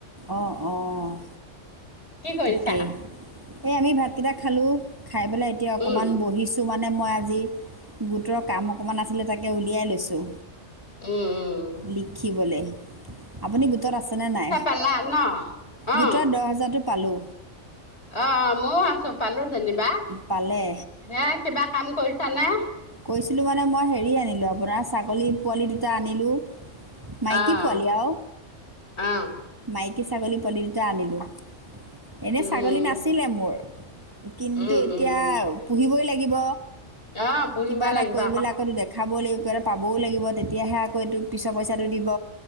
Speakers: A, on the right; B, on the left.
A: অঁ অঁ
B: কি কৰিছা
A: তাকেই এই আমি ভাতকেইটা খালোঁ, খাই পেলাই এতিয়া অকণমান
B: উম
A: বহিছ তো মানে মই আজি গোটৰ কাম অকণমান আছিলে, তাকে উলিয়াই লৈছোঁ।
B: উম উম
A: লিখিবলে আপুনি গোটত আছেনে নাই?
B: খালা ন'? অ
A: গোটত দহ হাজাৰটো পালোঁ।
B: অঁ ময়ো আছো পালো যেনিবা,
A: পালে
B: হেয়া কিবা কাম কৰিছানে?
A: কৰিছিলোঁ মানে মই হেৰি আনিলোঁ আপোনাৰ ছাগলী পোৱালি দুটা আনিলোঁ। মাইকী
B: অঁ
A: পোৱালি আৰু
B: অঁ
A: মাইকী ছাগলী পোৱালী দুটা আনিলোঁ, এনেই
B: উম
A: ছাগলী নাছিলে মোৰ। কিন্তু
B: উম
A: এতিয়া
B: উম
A: পুহিবই লাগিব,
B: আহ পুহিব
A: কিবা এটা
B: লাগিব
A: কৰি পেলাই আকৌ টো দেখা খাব লাগিব কিবা এটা পাবও লাগিব, তেতিয়াহে আকৌ এইটো পিছৰ পইচাটো দিব।